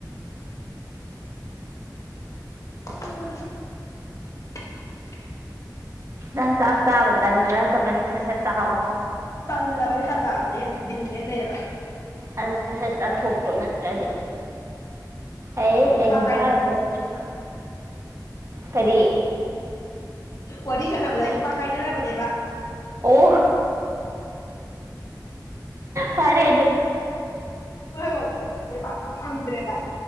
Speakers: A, on the left; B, on the right.
A: ꯑꯍꯥ <inaudible>
B: ꯅꯪ ꯆꯥꯛ ꯆꯥꯕ ꯇꯟꯈ꯭ꯔꯗꯕꯅꯤ ꯁꯠ ꯁꯠ ꯆꯥꯍꯥꯎꯋ
A: ꯇꯜꯕꯅꯤ ꯇꯜꯥꯕꯅꯦ ꯍꯧꯖꯤꯜꯂꯤ ꯂꯩꯔ
B: ꯑꯗꯨꯁꯨ ꯍꯦ ꯆꯥꯊꯣꯛꯈ꯭ꯔꯣ ꯅꯠꯇ꯭ꯔꯗꯤ ꯑꯩꯠ
A: ꯑꯩ ꯅꯨꯄꯥ
B: ꯑꯩꯒꯤꯖꯔ
A: ꯀꯥꯏ
B: ꯄꯨꯔꯛꯇ ꯀꯔꯤ
A: ꯋꯥꯔꯤ ꯁꯥꯟꯅꯕꯗꯏ ꯅꯨꯄꯥ ꯀꯥꯏꯅꯅꯕꯅꯦꯕ
B: ꯑꯣ ꯐꯔꯦ
A: ꯃꯥꯥꯡ ꯑꯗ꯭ꯔꯦ ꯁ